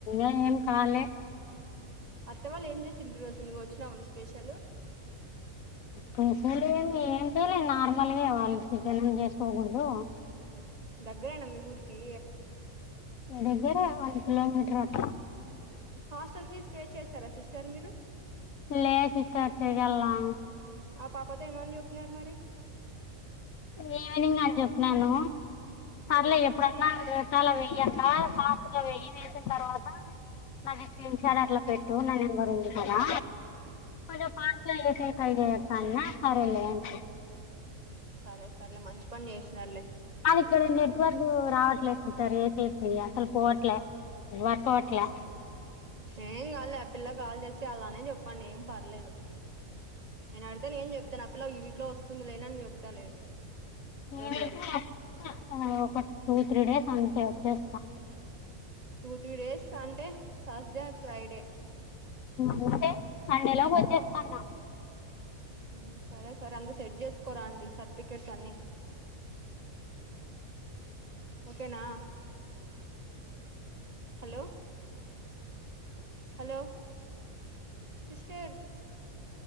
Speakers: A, on the left; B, on the right.
A: అ ఏం కాలే
B: అత్త వాళ్ళ ఏం చేసిండ్రు ఈ రోజు నువ్వు వచ్చినావా స్టెషన్ లో
A: పసలే ఏం చేయలే నార్మల్గా వాళ్ళి సిజనం చేసుకోకూడదు
B: దగ్గరేనా మీ ఊరికి
A: దగ్గర వన్ కిలోమీటర్ అట్ట
B: హాస్టల్ ఫీజ్ పే చేస్తారా సిస్టర్ మీరు
A: లే సిస్టర్ చెయ్యాల్లా
B: ఆ పాపతో ఏమని చెప్పినారు మరి
A: ఈవినింగ్ అని చెప్న్నాను పర్లే
B: ఉమ్
A: ఎప్పుడున్నా అలా వెేయక కాఫగా వె్య వేసిన తర్వాత నాకు స్క్రీన్ షాట్ అట్లా పెట్టు నా నెంబర్ ఉంది కూడా పలో పార్కు లో వేసి కైగాయప్ప అన్నా సరేలే అంటి
B: సరే సరలే మంచి్ పని చేసినర్లే
A: అది ఇక్కడ నెట్వర్క్ రావట్లేదు సిస్టర్ ఏ సెసి అసలు పోవట్లే నెట్ వర్క్ పోవట్లే
B: ఏం కాదు ల పిల్ల కాల్ జెసి అలానే చెప్పండి పర్లేదు నేను అడితే నేను చెప్పు తన అ పిలో ఈవీక్ లో వస్తుంది లేండి అని చెప్తాలేండి
A: నేనైతే
B: డోంట్ వర్రీ
A: ఒక టూ త్రీ డేస్ అంతే వచ్చేస్తా
B: టూ త్రీ డేస్ అంటే థాస్డే అర్ ఫ్రైడే
A: మంతే హండెలా పోతే త్తన్నా
B: ఉ సరే సరే అంత సెట్ చేసుకోరాండి సర్టిఫికెట్స్ అన్ని ఓకేనా హలో హలో సిస్టర్